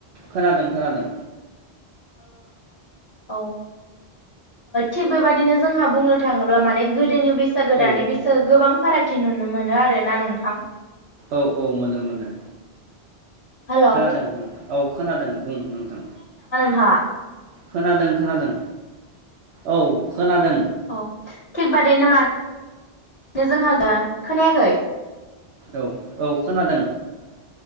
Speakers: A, on the right; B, on the left.
A: खोनादों खोनादों
B: औ थिग बेबादिनो जोंहा बुंनो थाङोब्ला माने गोदोनि बे बैसागो दानै
A: औ
B: बैसागो गोबां फारागथि नुनो मोनो आरोना नोंथां
A: औ औ मोनो मोनो
B: हेलौ
A: खोनादों नोंथां औ खोनादों बुं नोंथां
B: था
A: खोनादों खोनादों औ खोनादों
B: औ थिग बादैनो <unintelligible> जोंहा दा खोनायाखै
A: औ औ खोनादों